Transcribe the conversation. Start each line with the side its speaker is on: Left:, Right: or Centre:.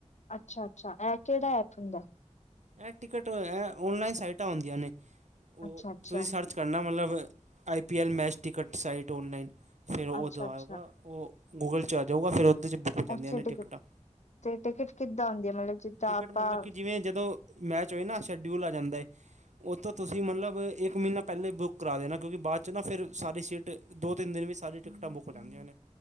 Left: ਅੱਛਾ-ਅੱਛਾ, ਐ ਕਿਹੜਾ ਐਪ ਹੁੰਦਾ?
Right: ਐਹ ਟਿਕਟ ਐ ਔਨਲਾਈਨ ਸਾਈਟਾਂ ਹੁੰਦੀਆਂ ਨੇ, ਓ
Left: ਅੱਛਾ ਅੱਛਾ
Right: ਤੁਸੀਂ ਸਰਚ ਕਰਨਾ ਮਲਬ I P L match ticket site online. ਫੇਰ ਓਦੋਂ
Left: ਅੱਛਾ ਅੱਛਾ
Right: ਆਊਗਾ ਓ ਗੋ ਗੂਗਲ ਚ ਆ ਜਾਊਗਾ, ਫੇਰ ਓਦੇ ਚ ਬੁੱਕ ਹੋ ਜਾਂਦੀਆਂ
Left: ਉੱਥੇ
Right: ਨੇ
Left: ਟਿਕਟ
Right: ਟਿਕਟਾਂ।
Left: ਤੇ ਟਿਕਟ ਕਿਦਾਂ ਹੁੰਦੀ ਐ ਮਤਲਬ ਜਿਦਾਂ
Right: ਟਿਕਟ
Left: ਆਪਾਂ
Right: ਮਤਲਬ ਕਿ ਜਿਵੇਂ ਜਦੋਂ ਮੈਚ ਹੋਏ ਨਾ ਸ਼ਡਿਊਲ ਆ ਜਾਂਦਾ ਏ। ਓ ਤੋਂ ਤੁਸੀਂ ਮਤਲਬ ਇੱਕ ਮਹੀਨਾ ਪਹਿਲੇ ਬੁੱਕ ਕਰਾ ਦੇਣਾ ਕਿਉਂਕਿ ਬਾਅ ਚ ਨਾ ਫੇਰ ਸਾਰੀ ਸੀਟ ਦੋ-ਤਿੰਨ ਦਿਨ ਵਿਚ ਸਾਰੀ ਟਿਕਟਾਂ ਬੁੱ ਕੀ ਹੋ ਜਾਂਦੀਆਂ ਨੇ,